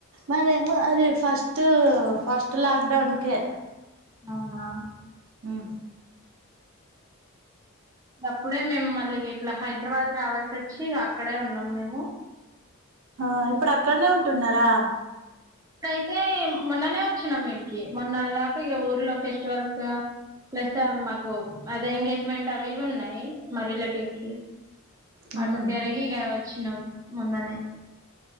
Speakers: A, on the right; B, on the right.
A: మరి అదే ఫస్ట్ ఫస్ట్ లక్డౌన్కే
B: అవునా
A: ఆ
B: అప్పుడే మేము మళ్ళీ ఇట్లా హైదరాబాద్ రావాల్సి వచ్చి, ఇక అక్కడే ఉన్నాం మేము
A: ఆ ఇప్పుడు అక్కడనే ఉంటున్నారా
B: అయితే మొన్ననే వచ్చినాం ఇడికి, మొన్న రాక ఇక ఊర్లో ఫెస్టివల్స్ ప్లస్ మాకు అద ఎంగేజ్మెంట్ అవి ఇవి ఉన్నాయి, మా రిలేటివ్స్వి క
A: మ్మ్
B: అటు తిరగి ఇక వచ్చినాం మొన్ననే